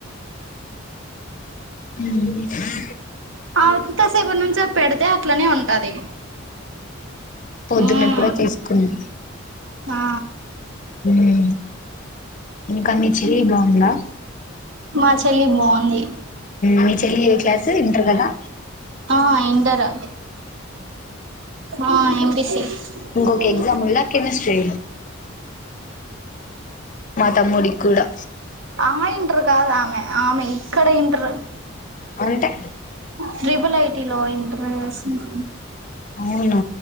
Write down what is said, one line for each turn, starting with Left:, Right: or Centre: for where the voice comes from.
Left: హ్మ్
Right: ఆ అంతసేపురి నుంచి పెడితే అట్లనే ఉంటది
Left: పొద్దునెప్పుడో
Right: మ్మ్
Left: తీసుకుంది
Right: ఆ
Left: ఉమ్ ఇంకా మీ చెల్లి బాగుందా
Right: మా చెల్లి బాగుంది
Left: మీ చెల్లి ఏ క్లాస్ ఇంటర్గాదా
Right: ఆ ఇంటర్ ఆ ఎంపీసీ
Left: ఇంకొక
Right: ఉమ్
Left: ఎగ్జామ్ ఉందా కెమిస్ట్రీ మా తమ్ముడికి కూడా
Right: ఆ ఇంటర్ కాదు ఆమె ఆమె ఇక్కడ ఇంటర్
Left: అంటే
Right: ట్రిబుల్ ఐటీ లో ఇంటర్ చేసింది
Left: అవునా